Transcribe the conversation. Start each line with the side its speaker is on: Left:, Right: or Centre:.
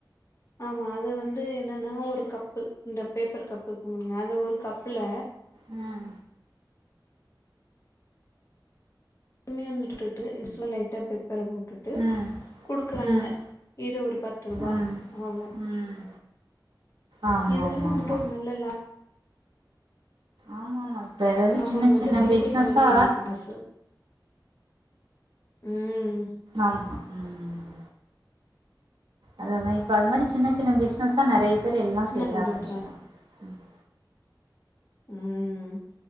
Left: ஆமா அத வந்து என்னன்னா ஒரு கப்பு இந்த பேப்பர் கப் இருக்கும்ல இல்லையா அத ஒரு கப்புல
Right: உம்
Left: கம்மி வந்துட்டுட்டு <unintelligible> பெப்பர போட்டுட்டு
Right: ம்
Left: குடுக்குறாங்க
Right: ம்
Left: இது ஒரு பத்து ரூபா
Right: ம்
Left: அவள
Right: ம் ஆமா
Left: இதெல்லா
Right: ஆமா
Left: வந்துட்டு
Right: ஆமா
Left: ஒரு நல்ல லா
Right: ஆமா ஆமா இப்ஏதாவது
Left: லாபம்
Right: சின்ன
Left: வந்து
Right: சின்ன
Left: செய்யறதே
Right: பிஸ்னஸ்ஸா
Left: கம்மிதா நம்மளுக்கு காசு ம்
Right: ஆமா உம் அததா இப்ப அது மாரி சின்ன சின்ன பிஸ்னஸ்ஸா நெறைய பேர் எல்லா
Left: இன்னு
Right: செய்ய
Left: கொஞ்சோ
Right: ஆரம்பிச்சிட்டாங்க
Left: ஊத்துறாங்க
Right: ம்
Left: ம்